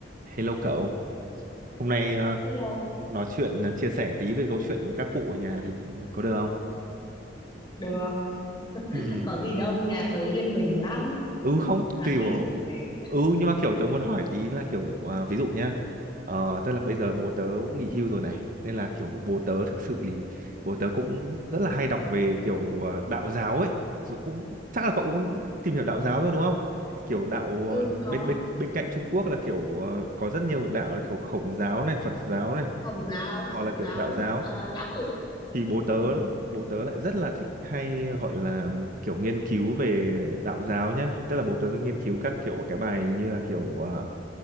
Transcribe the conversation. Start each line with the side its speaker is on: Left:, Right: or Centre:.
Right: Hello cậu, hôm nay ờ,
Left: Hello,
Right: nói chuyện ờ, chia sẻ tí về câu chuyện các cụ ở nhà thì có được không?
Left: được. <laughs>
Right: Ừ, ừ
Left: Có gì đâu, nhà tớ yên bình lắm.
Right: Ừ, không,
Left: Sáng
Right: tùy
Left: đi
Right: bộ...
Left: chiều về.
Right: Ừ nhưng mà kiểu tớ muốn hỏi tí là kiểu à, ví dụ nhá, Ờ, tức là bây giờ bố tớ cũng nghỉ hưu rồi này, nên là kiểu bố tớ thực sự thì bố tớ cũng rất là hay đọc về kiểu ờ, đạo giáo ấy, Dù cũng chắc là cậu cũng tìm hiểu đạo giáo rồi đúng không? Kiểu đạo
Left: ừ
Right: ờ,
Left: có
Right: bên bên bên cạnh Trung Quốc là kiểu ờ, có rất nhiều đạo là kiểu Khổng giáo này, Phật giáo này,
Left: Hồng giáo
Right: hoặc
Left: Phật
Right: là kiểu
Left: giáo
Right: đạo giáo
Left: à, Lão Tử
Right: thì bố tớ
Left: ừ.
Right: bố tớ lại rất là thích hay gọi là kiểu nghiên cứu về đạo giáo nhá tức là bố tớ rất nghiên cứu các kiểu cái bài như là kiểu à,